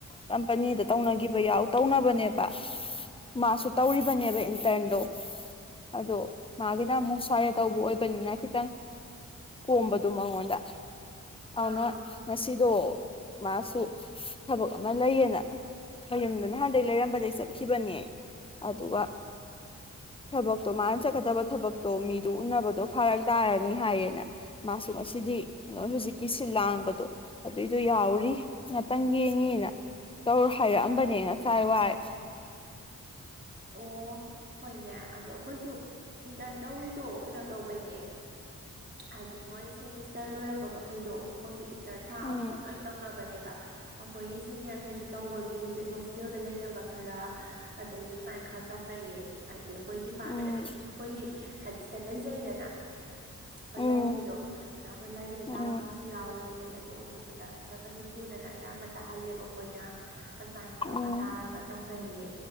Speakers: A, on the left (about 15°); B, on the right (about 30°).
A: ꯀꯝꯄꯅꯤꯗ ꯇꯧꯅꯈꯤꯕ ꯌꯥꯎ ꯇꯧꯅꯕꯅꯦꯕ ꯃꯥꯁꯨ ꯇꯧꯔꯤꯕꯅꯦꯕ ꯏꯟꯇꯔꯟꯗꯣ ꯑꯗꯣ ꯃꯥꯒꯤꯅ ꯑꯃꯨꯛ ꯁ꯭ꯋꯥꯏꯗ ꯇꯧꯕ ꯑꯣꯏꯕꯅꯤꯅ ꯈꯤꯇꯪ ꯀꯣꯝꯕꯗꯨ ꯃꯉꯣꯟꯗ ꯑꯗꯨꯅ
B: ꯑꯥ
A: ꯉꯁꯤꯗꯣ ꯃꯥꯁꯨ ꯊꯕꯛ ꯑꯃ ꯂꯩꯌꯦꯅ ꯃꯌꯨꯝꯗ ꯅꯍꯥꯟꯗꯩ ꯂꯩꯔꯝꯕꯗꯩ ꯆꯠꯈꯤꯕꯅꯦ ꯑꯗꯨꯒ ꯊꯕꯛꯇꯣ ꯃꯥꯅ ꯆꯠꯀꯗꯕ ꯊꯕꯛꯇꯣ ꯃꯤꯗꯣ ꯎꯅꯕꯗꯣ ꯐꯔꯛ ꯇꯥꯔꯅꯤ ꯍꯥꯏꯌꯦꯅ ꯃꯥꯁꯨ ꯉꯁꯤꯗꯤ ꯂ‌ꯣꯏꯅ ꯍꯧꯖꯤꯛꯀꯤ ꯁꯤꯜ ꯂꯥꯡꯕꯗꯣ ꯑꯗꯨꯏꯗꯣ ꯌꯥꯎꯔꯤ ꯉꯥꯛꯇꯪ ꯌꯦꯡꯉꯦꯅ ꯇꯧꯔ ꯍꯥꯏꯔꯛꯑꯝꯕꯅꯦ ꯉꯁꯥꯏ ꯋꯥꯏ
B: ꯑꯣ ꯍꯣꯏꯅꯦ ꯑꯗꯣ ꯑꯩꯈꯣꯏꯁꯨ ꯏꯟꯇꯔꯟ ꯇꯧꯔꯤꯗꯣ ꯀꯩꯅꯣ ꯇꯧꯕꯩꯅꯦ ꯍꯥꯏꯗꯤ ꯃꯣꯏ ꯁꯦꯃꯤꯁꯇꯔ ꯂꯣꯏꯔꯛꯄ ꯃꯈꯩꯗꯣ ꯍꯧꯖꯤꯛ ꯏꯟꯇꯔꯟ ꯊꯥ
A: ꯎꯝ
B: ꯑꯃꯝ-ꯃꯝ ꯂ‌ꯣꯏ ꯇꯧꯅꯕꯅꯦꯕ ꯑꯩꯈꯣꯏꯒꯤ ꯁꯦꯅꯤꯌꯥꯔ ꯈꯩꯁꯨ ꯇꯧꯕꯒꯤ ꯍꯧꯖꯤꯛ ꯍꯣꯁꯇꯦꯜꯗ ꯂꯩꯅꯕ ꯈꯔ ꯑꯗꯩꯗꯤ ꯑꯗꯨꯃꯥꯏ ꯈꯔ ꯇꯧꯅꯩꯌꯦ ꯍꯥꯏꯗꯤ ꯑꯩꯈꯣꯏ ꯗꯤꯄꯥꯔꯠꯃꯦꯟ
A: ꯎꯝ
B: ꯑꯗꯨꯝ ꯑꯩꯈꯣꯏꯗꯤ ꯍꯥꯏꯗꯤ ꯁꯤꯗ ꯂꯩꯖꯩꯗꯅ ꯍꯣꯏ
A: ꯎꯝ
B: ꯂꯥꯏꯕ꯭ꯔꯦꯔꯤꯗꯣ ꯑꯗꯣ ꯑꯩꯈꯣꯏ ꯂꯥꯏꯕ꯭ꯔꯦꯔꯤꯗ
A: ꯎꯝ
B: ꯇꯥꯕ ꯈꯔꯁꯨ ꯌꯥꯎꯋꯦ ꯑꯗꯩ ꯑꯇꯣꯞ-ꯑꯇꯣꯞꯄꯗ ꯁꯤꯗ ꯃꯅꯤꯄꯨꯔꯗꯅ ꯑꯌꯥꯝꯕ ꯇꯥꯍꯜꯂꯦꯕ ꯑꯩꯈꯣꯏꯅ ꯑꯗꯨꯃꯥꯏꯅ ꯇꯧꯔꯒ
A: ꯎꯝ
B: ꯇꯥꯔꯒ ꯇꯧꯅꯩꯌꯦ